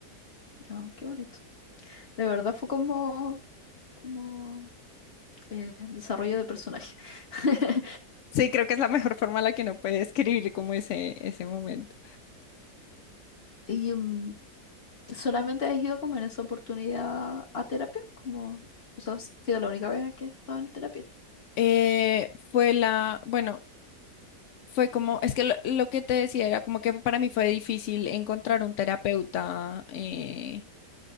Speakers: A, on the left; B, on the left.
A: Ah, qué bonito. De verdad fue como, como eh, desarrollo de personaje. <laughs>
B: Sí, creo que es la mejor forma en la que uno puede describir como ese, ese momento.
A: ¿Y mm, solamente has ido como en esa oportunidad a terapia? Como eso ha sido la única vez en que he estado en terapia.
B: Eh, fue la, bueno, fue como, es que lo, lo que te decía era como que para mí fue difícil encontrar un terapeuta, eh,